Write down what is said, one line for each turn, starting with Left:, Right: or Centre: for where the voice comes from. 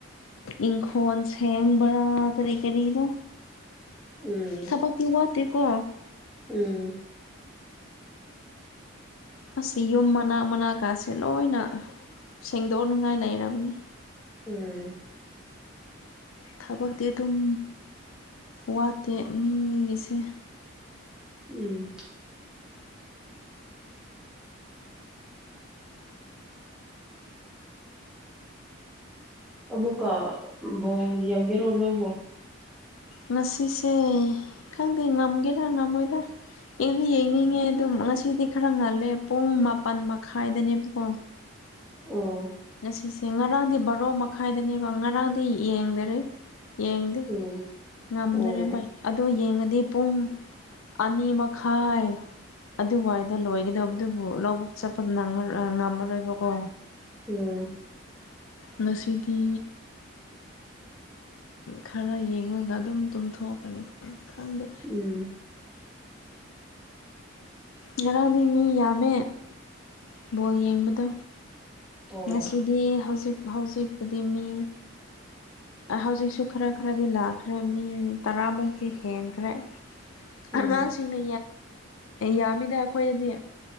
Left: ꯏꯪ ꯈꯣꯟ ꯁꯦꯡꯕꯔ ꯀꯔꯤ ꯀꯔꯤꯅꯣ
Centre: ꯎꯝ
Left: ꯊꯕꯛꯇꯤ ꯋꯥꯠꯇꯦ ꯀꯣ
Centre: ꯎꯝ
Left: ꯑꯁꯤ ꯌꯨꯝ ꯃꯅꯥꯛ ꯃꯅꯥꯀꯥꯁꯦ ꯂꯣꯏꯅ ꯁꯦꯡꯗꯣꯛꯅꯤꯡꯉꯥꯏ ꯂꯩꯔꯕꯅꯤ
Centre: ꯎꯝ
Left: ꯊꯕꯛꯇꯤ ꯑꯗꯨꯝ ꯋꯥꯠꯇꯦ ꯃꯤꯒꯤꯁꯦ
Centre: ꯎꯝ ꯑꯃꯨꯀ ꯕꯣꯜ ꯌꯦꯡꯒꯦꯔꯣ ꯅꯣꯏꯕꯣ
Left: ꯉꯁꯤꯁꯦ ꯈꯪꯗꯦ ꯉꯝꯒꯦꯔꯥ ꯉꯝꯃꯣꯏꯗꯔꯥ ꯑꯩꯗꯤ ꯌꯦꯡꯅꯤꯡꯉꯦ ꯑꯗꯨꯝ ꯉꯁꯤꯗꯤ ꯈꯔ ꯉꯜꯂꯦ ꯄꯨꯡ ꯃꯥꯄꯜ ꯃꯈꯥꯏꯗꯅꯦꯕꯀꯣ
Centre: ꯑꯣ
Left: ꯁꯤꯁꯦ ꯉꯔꯥꯡꯗꯤ ꯕꯥꯔꯣ ꯃꯈꯥꯏꯗꯅꯦꯕ ꯉꯔꯥꯡꯗꯤ ꯌꯦꯡꯗꯔꯦ ꯌꯦꯡꯗꯦ
Centre: ꯎꯝ
Left: ꯉꯝꯗꯣꯔꯦꯕ
Centre: ꯑꯣ
Left: ꯑꯗꯣ ꯌꯦꯡꯉꯗꯤ ꯄꯨꯡ ꯑꯅꯤ ꯃꯈꯥꯏꯏ ꯑꯗꯨ ꯋꯥꯏꯗ ꯂꯣꯏꯒꯗꯧꯕ ꯑꯗꯨꯕꯨ ꯂꯧꯕꯨꯛ ꯆꯠꯄꯗꯑꯥ ꯉꯝꯃꯔꯣꯏꯕꯀꯣ
Centre: ꯎꯝ
Left: ꯉꯁꯤꯗꯤ ꯈꯔ ꯌꯦꯡꯉꯒ ꯑꯗꯨꯝ ꯇꯨꯝꯊꯣꯛꯀꯅꯤ ꯈꯪꯗꯦ
Centre: ꯎꯝ
Left: ꯉꯔꯥꯡꯗꯤ ꯃꯤ ꯌꯥꯝꯃꯦ ꯕꯣꯜ ꯌꯦꯡꯕꯗꯣ
Centre: ꯑꯣ
Left: ꯉꯁꯤꯗꯤ ꯍꯧꯖꯤꯛ ꯍꯧꯖꯤꯛꯄꯨꯗꯤ ꯃꯤ ꯍꯧꯖꯤꯛꯁꯨ ꯈꯔ ꯈꯔꯗꯤ ꯂꯥꯛꯈ꯭ꯔꯦ ꯃꯤ ꯇꯔꯥꯃꯨꯛꯇꯤ ꯍꯦꯟꯈ꯭ꯔꯦ
Centre: ꯎꯝ
Left: ꯑꯉꯥꯡꯁꯤꯡꯅ ꯌꯥꯝꯃꯤꯗ ꯑꯩꯈꯣꯏꯗꯗꯤ